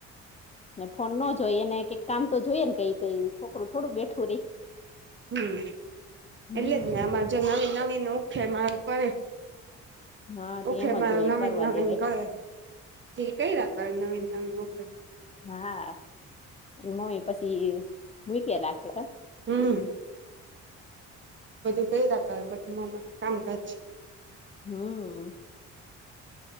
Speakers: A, on the left (about 25°); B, on the right (about 40°).
A: ને ફોન ન જોઈએ, ને કઈ કામ તો જોઈએ ને, કઈ કઈ છોકરું થોડું બેઠું રહે.
B: હમ,
A: હમ
B: એટલે જ ને, આમાં જો નવીન નવીન ઉખે મારો કરે!
A: હા તે
B: ઉખે
A: એમ
B: મારો
A: જ હોય
B: નવીન
A: કરવા
B: નવીન
A: દેવાય
B: કરે. કર્યા કરે નવીન ઉખે-
A: હા, મમ્મી પછી મૂક્યા રાખે કા?
B: હમ બધું કર્યા કરે પછી મમ્મી કામકાજ.
A: હ.